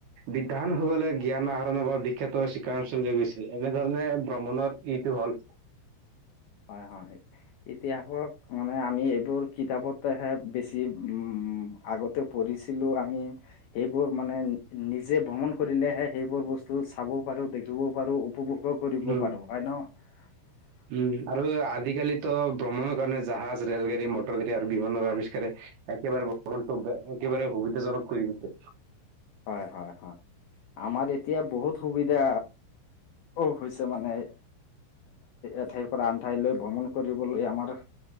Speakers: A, on the right; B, on the left.
A: বিধানসবলে জ্ঞান আহৰণৰ বিখ্যাত চিকা অঞ্চলৈ গৈছিল, এনেধৰণে ভ্ৰমণৰ ইটো হ'ল।
B: হয় হয় ইতিহাসক মানে আমি এইবোৰ কিতাপত হে বেছি উম আগত পঢ়িছিলো আমি সেইবোৰ মানে নিজে ভ্ৰমণ কৰিলেহে। সেইবোৰ বস্তু চাবও পাৰো দেখিবও পাৰো উপভোগো কৰিব
A: উম,
B: পাৰো হয় ন?
A: উম আৰু আজিকালিতো ভ্ৰমণৰ কাৰণে জাহাজ ৰেলগাড়ী মটৰ গাড়ী আৰু বিমানৰ আৱিষ্কাৰে একেবাৰে ভ্ৰমণটো একেবাৰে সুবিধাজনক কৰি দিছে।
B: হয় - হয় - হয় আমাৰ এতিয়া বহুত সুবিধা। অ মানে এ এঠাইৰ পৰা আন ঠাইলৈ ভ্ৰমণ কৰিবলৈ আমৰ